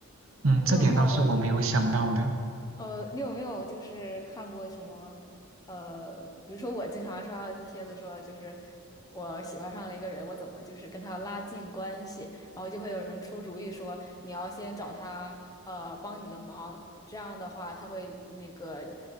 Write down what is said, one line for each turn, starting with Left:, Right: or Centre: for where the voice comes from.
Right: 嗯，
Left: 你有没有？
Right: 这点倒是我没有想到的。
Left: 呃，你有没有就是看过什么？呃，比如说我经常刷到帖子说，就是我喜欢上了一个人，我怎么就是跟他拉近关系，然后就会有人出主意说，你要先找他呃帮你的忙，这样的话他会那个